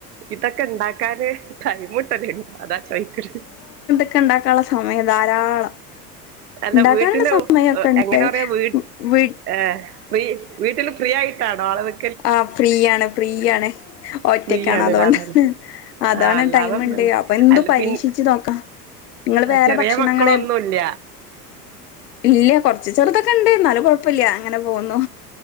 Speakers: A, on the right; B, on the left.
A: ഇതൊക്കെ ഉണ്ടാക്കാന് ടൈമ് കിട്ടണ്ടേ അതാ ചോദിക്ക <inaudible>
B: ക്കെ ഉണ്ടാക്കാനുള്ള സമയം ധാരാളം
A: അല്ല
B: ഇണ്ടാക്കാനുള്ള
A: വീട്ടില്
B: സമയൊക്കെ ഇണ്ട്
A: എങ്ങനെ പറയാ വീ
B: വീ
A: ഏ ഫ്രീ വീട്ടില് ഫ്രീ ആയിട്ടാണ് നാളെ വെ
B: ആഹ് ഫ്രീയാണ് ഫ്രീയാണ് ഒറ്റക്കാണ്
A: ഫ്രീയാണ്ലെ
B: അതുകൊണ്ടാണ്
A: അതാണ്
B: അതാണ്
A: ആഹ് അല്ലാതൊന്നല്ല
B: ടൈമ് ഉണ്ട് അപ്പൊ എന്തു
A: അല്ല
B: പരീക്ഷിച്ച്
A: പിൻ
B: നോക്കാം നിങ്ങള് വേറെ
A: ചെറിയ
B: ഭക്ഷണങ്ങള്
A: മക്കളൊന്നുല്ല
B: ഇല്ല കൊറച്ച് ചെറുതൊക്കെ ഇണ്ട് എന്നാലും കൊഴപ്പില്ല അങ്ങനെ പോന്നു